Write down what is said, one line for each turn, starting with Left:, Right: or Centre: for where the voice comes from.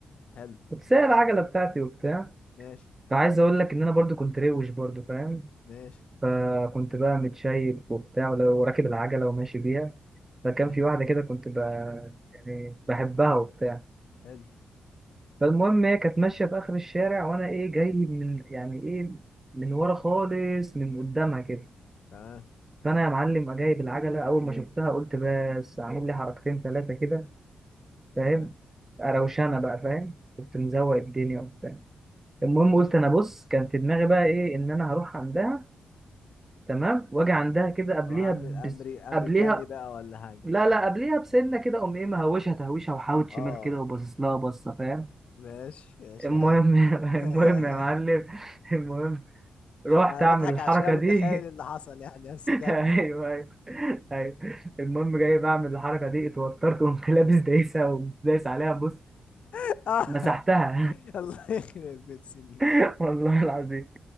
Left: حلو
Right: كنت سايق العجله بتاعتي وبتاع
Left: ماشي
Right: فعايز اقول لك ان انا برضو كنت روش برضو فاهم
Left: ماشي
Right: فكنت بقى متشيك وبتاع ولو راكب العجلة وماشي بيها فكان
Left: تمام
Right: في واحدة كده كنت ب... يعني بحبها وبتاع
Left: حلو
Right: فالمهم هي كانت ماشية في آخر الشارع وأنا إيه جاي من يعني إيه من ورا خالص من قدامها كده
Left: تمام
Right: فأنا يا معلم جايب العجلة أول ما شفتها قلت بس أعمل لي حركتين ثلاثة كده فاهم
Left: تمام
Right: أروشانة بقى فاهم كنت مزوق الدنيا وبتاع المهم
Left: ماشي
Right: قلت أنا بص كان في دماغي بقى إيه إن أنا هروح عندها تمام وأجي عندها كده قبليها
Left: اروح اعمل امري
Right: بس...
Left: امريكاني
Right: قبليها
Left: بقى ولا حاجه
Right: لا لا قبليها بسنة كده قوم ايه مهوشة تهويشة وحاوت شمال
Left: اه
Right: كده وباصص لها بصة فاهم
Left: ماشي ماشي
Right: المهم
Left: يا عم
Right: <laughs>
Left: <laughs>
Right: المهم يا معلم المهم رحت
Left: انا
Right: اعمل
Left: بضحك
Right: الحركة
Left: عشان انا متخيل
Right: دي
Left: اللي
Right: <laughs>
Left: حصل يعني بس كمل
Right: ايوه ايوه ايوه المهم جاي بعمل الحركة دي اتوترت وقمت لابس دايسة ودايس عليها بص
Left: <laughs>
Right: مسحتها
Left: <laughs> الله يخرب بيت سنين
Right: <laughs> والله العظيم